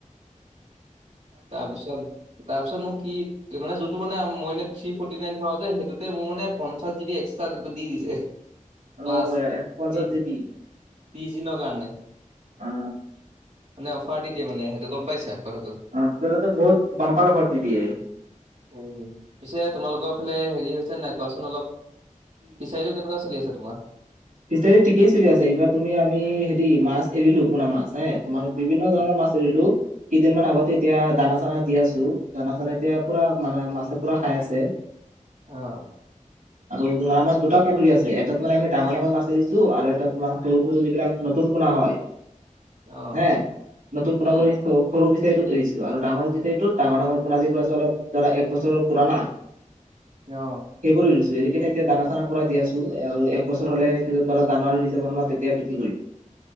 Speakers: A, on the right (about 80°); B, on the right (about 55°).
A: <inaudible>
B: তাৰপিছত তাৰপিছত মোৰ কি মানে যোনটো মানে মই এনে থি ফৰ্টি নাইন ভৰাওঁ যে, সেইটোতে মোৰ মানে পঞ্চাশ জি বি একছ দি দিছে
A: অ
B: প্লাছ তিছ
A: এশ পঞ্চাশ জিবি
B: ত্ৰিছ দিনৰ কাৰণে।
A: অ।
B: মানে অফাৰ দি দিয়ে মানে সেইটো গম পাইছা কথাটো।
A: অ <unintelligible> টো বহুত বম্পাৰ অফাৰ দি দিয়ে।
B: উম পিছে তোমালোকৰ ফালে হেৰি হৈছে নে নাই কোৱাচোন অলপ। সেইটো কেনেকোৱা চলি আছে তোমাৰ?
A: ফিছাৰী ঠিকেই চলি আছে। এইবাৰ তুমি আমি হেৰি মাছ এৰিলো পোনা মাছ, তোমাৰ বিভিন্ন
B: উম।
A: ধৰণৰ মাছ এৰিলো। কেইদিনমান আগতে এতিয়া দানা-চানা দি আছো। দানা-চানা এতিয়া পুৰা মানে মাছে পুৰা খাই আছে। <inaudible>
B: অ।
A: আৰু তোমাৰ আমাৰ দুটা পুখুৰী আছে। এটাত মানে আমি ডাঙৰ ডাঙৰ মাছ দিছো আৰু এটাত তোমাৰ সৰু সৰু যিবিলাক নতুন পোনা হয়
B: অ',
A: হে নতুন পোনাবোৰ
B: উম,
A: শিকো। সৰু ফিচাৰীটোত এৰিছো আৰু ডাঙৰ ফিচাৰিটোত ডাঙৰ ডাঙৰ পোনা যিবোৰ আছে অলপ ধৰা এক বছৰৰ পুৰাণা <inaudible>
B: অ।
A: সেইবোৰ এৰিছো। এৰি কেনে এতিয়া দানা-চানা পোৰা দি আছো আৰু এক বছৰ হ'লে <unintelligible> জানুৱাৰী, ডিচেম্বৰ মাহ তেতিয়া বিক্ৰী কৰিম।